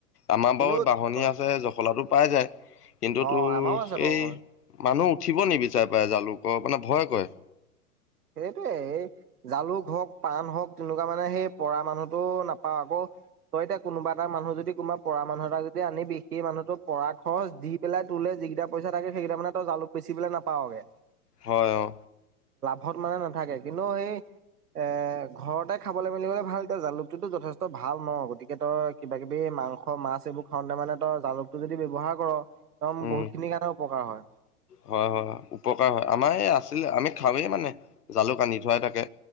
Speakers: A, on the left; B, on the right.
A: আমাৰ
B: কিন্তু
A: বাৰু বাঁহনী
B: অ
A: আছে জখলাটো পাই যায়। কিন্তু
B: অ
A: তোৰ
B: আমাৰো আছে বাৰু
A: এই
B: হয়
A: মানুহ উঠিব নিবিচাৰে পাই জালুকৰ মানে ভয় কৰে।
B: সেইটোয়ে জালুক হওক পাণ হওক তেনেকুৱা মানে সেই পৰা মানুহটো নাপাও আকৌ তই এতিয়া কোনোবা এটা মানুহ যদি কোনোবা পৰা মানুহ এটা যদি আনিবি সি মানুহটোক পঢ়া খৰচ দি পেলাই তোলে যিকেইটা পইচা থাকে সেইকেইটা মানে তই জালুক বেচি পেলাই নাপাওগে।
A: হয় অ
B: ঘৰত মানে নাথাকে কিন্তু সি এ ঘৰতে খাবলৈ মেলিবলৈ ভাল তেওঁ জালুকটো যথেষ্ট ভাল ন গতিকে তই কিবা কিবি মাংস মাছ এইবোৰ খাওঁতে মানে তই জালুকটো যদি ব্যৱহাৰ কৰ, একদম
A: উম
B: বহুত খিনিৰ কাৰণে উপকাৰ হয়।
A: হয় হয় উপকাৰ হয় আমাৰ এই আছিলে আমি খাওঁৱেই মানে জালুক আনি থোৱাই থাকে